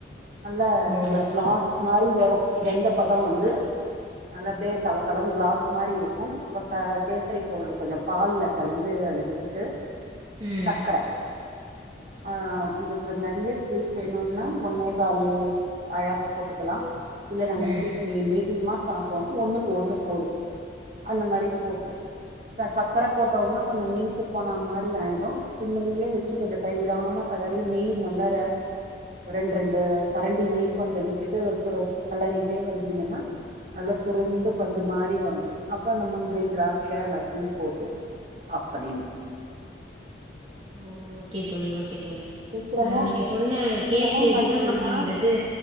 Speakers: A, on the right (about 50°); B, on the right (about 35°).
A: நல்ல
B: ஓ
A: இல கிளாஸ் மாரி வரு வெந்த பதோ வந்து நல்ல அப்டே தள தளனு கிளாஸ் மாரி இருக்கு அப்ப க கேசரி பவுடர் கொஞ்ச பால்ல கலந்து அத விட்டுட்டு
B: ம்
A: சக்கர ஆ உங்களுக்கு நெறைய ஸ்வீட் வேணுனா ஒண்ணே கால் ஆழாக்கு போட்டுக்கலா இல்ல நாங்க
B: ம்
A: ஸ்வீட் நீ மீடியமா சாப்டுவோனா ஒண்ணுக்கு ஒண்ணு போரு அந்த மாரி போட்டு அ சக்கரப் போட்ட உனோ கொஞ்ச நீத்து போன மாரி ஆயிடு சிம்லியே வச்சு கொஞ்ச கைவிடாம கலரி நெய் நல்லார ரெண்டு ரெண்டு கரண்டி நெய் கொஞ்ச விட்டுட்டு கெளறிட்டே வந்தீங்கன்னா நல்லா சுருண்டு பந்து மாரி வரு அப்ப அந்த முந்திரி திராட்ச எல்லாத்தியு போட் அப்படின்
B: ஓ ஓகே தோழி ஓகே தோழி
A: சீக்கிரமா
B: அ நீங்க சொன்ன
A: சீக்கிரமு
B: கேசை
A: பண்ணிட்லா
B: விதம் அப்டிங்குறது